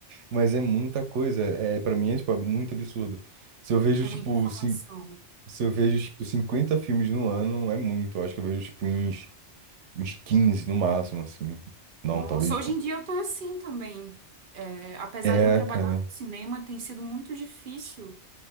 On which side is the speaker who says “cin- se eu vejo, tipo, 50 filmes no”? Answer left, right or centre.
Right